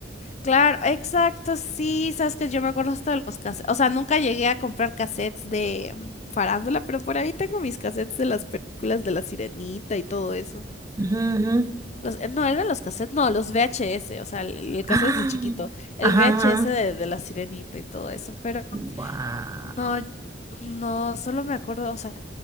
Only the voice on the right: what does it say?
Ujú, ujú.
<gasps>
¡Ah!
Ajá,
ajá.
Wow.